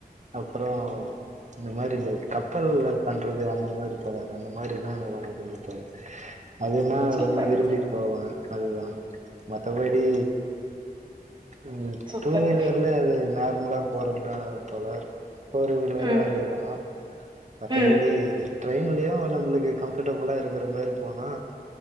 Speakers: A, on the right (about 45°); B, on the right (about 30°).
A: அப்பறோ இந்தமாரி இது கப்பல்ல பண்றது அந்த மாரி தோழர் அந்த மாரின எனக்கு ரொம்ப புடிக்கூ தோழர் அதுனா
B: சூப்பர்
A: ரொம்ப விரும்பி போவே அதுதா மத்தபடி உ
B: சூப்பர்
A: டூ வீலர்ல அது நார்மலா போற அ தோழர் ஃபோர் வீலரும்
B: ம்
A: அதேதா மத்தபடி
B: ம்
A: ட்ரெயின்லயு நம்மளுக்கு கம்ஃபர்டபுளா இருக்கிற மாரி போனா